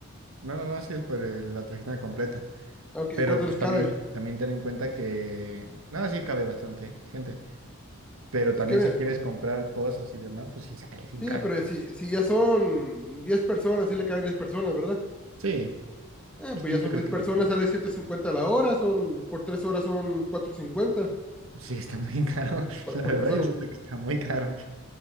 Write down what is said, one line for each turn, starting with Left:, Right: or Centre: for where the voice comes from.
Right: No, no, no, sí es por eh, la trajinera completa.
Centre: Ok, ¿y
Right: Pero
Centre: cuánto
Right: pues
Centre: les cabe?
Right: también, también ten en cuenta que, nada sí cabe bastante gente, pero
Centre: Es
Right: también
Centre: que, mira,
Right: si quieres comprar cosas y demás, pues sí sale bien
Centre: sí,
Right: caro.
Centre: pero si, si ya son 10 personas, sí le caben 10 personas, ¿verdad?
Right: Sí,
Centre: Ah,
Right: sí,
Centre: pues
Right: sí,
Centre: ya son
Right: yo creo
Centre: 10
Right: que
Centre: personas,
Right: como,
Centre: sale 150 a la hora, son, por 3 horas son 450
Right: sigue estando bien caro. <laughs>
Centre: por,
Right: La
Centre: por
Right: verdad,
Centre: persona.
Right: yo siento que está muy caro.